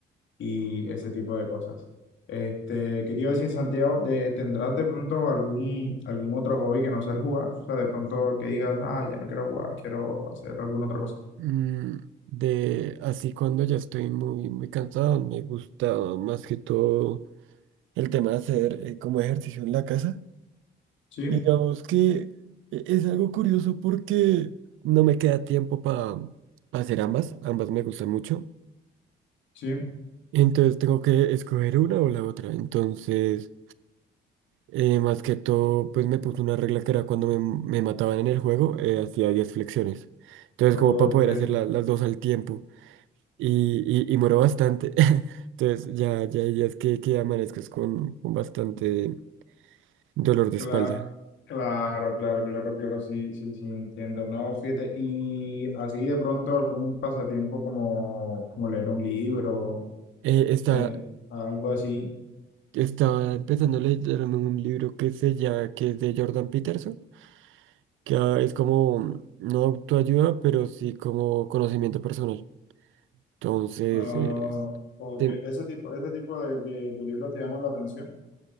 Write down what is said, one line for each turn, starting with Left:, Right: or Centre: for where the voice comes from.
Left: y ese tipo de cosas. Este, quería decir, Santiago, de, ¿tendrás de pronto algún, algún otro hobby que no sea el jugar? O sea, de pronto que digas, ah, ya no quiero jugar, quiero hacer alguna otra cosa.
Right: mm, de así cuando ya estoy muy, muy cansado, me gusta más que todo el tema de hacer eh, como ejercicio en la casa.
Left: Sí,
Right: Digamos que e- es algo curioso porque no me queda tiempo para hacer ambas. Ambas me gustan mucho.
Left: sí,
Right: Entonces tengo que escoger una o la otra. Entonces, eh, más que todo, pues me puse una regla que era cuando me, me mataban en el juego, eh, hacía 10 flexiones. Entonces,
Left: ok.
Right: como para poder hacer la- las dos al tiempo. Y, y, y muero bastante. <laughs> Entonces, ya, ya hay días que, que amanezcas con, con bastante dolor de espalda.
Left: Cla- Claro, claro, claro, claro, sí, sí, sí, entiendo. No, fíjate, y así de pronto algún pasatiempo como, como leer un libro,
Right: Eh, esta,
Left: eh, algo así.
Right: Estaba empezando a leerme un libro que se llama, que es de Jordan Peterson, que ah, es como, no autoayuda, pero sí como conocimiento personal. Entonces,
Left: ah,
Right: eh, es-
Left: o
Right: te-
Left: que ese tipo, ese tipo de, de- de libros te llaman la atención.